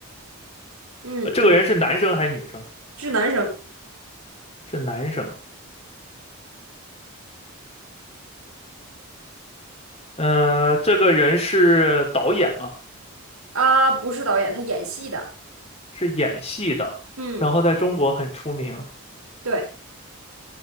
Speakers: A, on the right; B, on the left.
A: 嗯嗯，
B: 呃这个人是男生还是女生？
A: 是男生
B: 是男生。呃，这个人是导演嘛，
A: 啊、不是导演，他演戏的，
B: 是演戏的，
A: 嗯，
B: 然后在中国很出名。
A: 对。